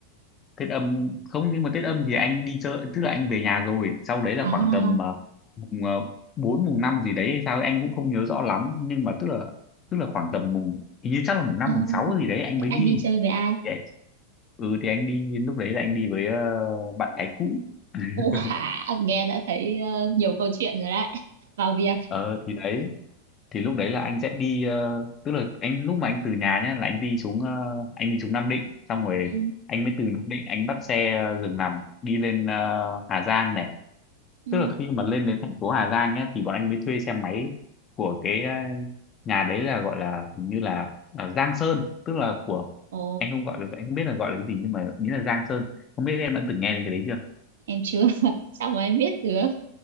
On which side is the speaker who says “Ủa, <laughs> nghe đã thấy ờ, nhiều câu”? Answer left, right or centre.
Right